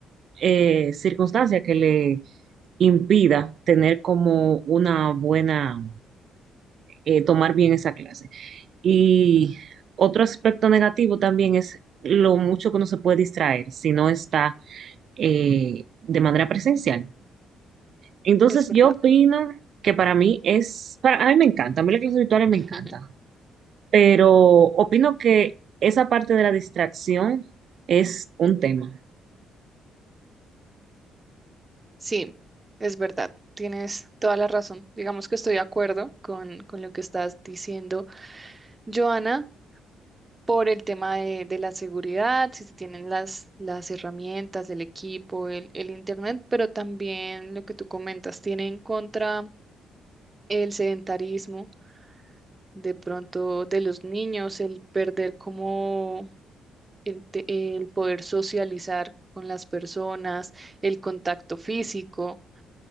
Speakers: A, on the right (about 60°); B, on the right (about 20°).
A: eh, circunstancia que le impida tener como una buena, eh, tomar bien esa clase. Y otro aspecto negativo también es lo mucho que uno se puede distraer si no está eh, de manera presencial. Entonces
B: es verdad.
A: yo opino que para mí es, para, a mí me encanta, a mí las clases virtuales me
B: <laughs>
A: encanta, pero opino que esa parte de la distracción es un tema.
B: Sí, es verdad, tienes toda la razón. Digamos que estoy de acuerdo con, con lo que estás diciendo, Joana. por el tema de, de la seguridad, si se tienen las, las herramientas, el equipo, el, el internet, pero también lo que tú comentas, tiene en contra el sedentarismo, de pronto de los niños, el perder como el, te- el poder socializar con las personas, el contacto físico.